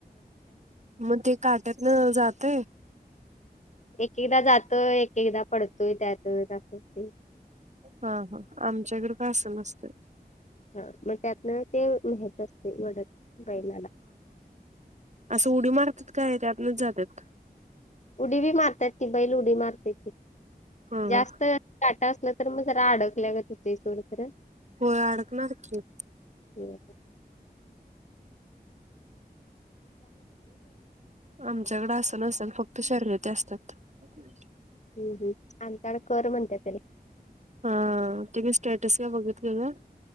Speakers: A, on the right; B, on the left.
A: मग ते काट्यात न जात?
B: एक एकदा जातोय. एक एकदा पडतोय. त्यात जातच ते.
A: हा हा, आमच्याकडे काय अस नसतय.
B: हा मग त्यातन ते माहीत असते. वडत बैलाला.
A: अस उडी मारतात काय त्यातनच जातात.
B: उडी बी मारतात ती बैल उडी मारत्याती.
A: हा
B: जास्त
A: हा
B: काटा असला तर मग जरा अडकल्या गत होते सोड खर.
A: होय अडकणार की.
B: <unintelligible>
A: आमच्याकड अस नसेल फक्त शर्यती असत्यात. <inaudible>
B: हम्म हम्म, आमच्याकडे कर म्हणत्या त्याला.
A: हा, तुम्ही स्टेटस काय बघितलेल.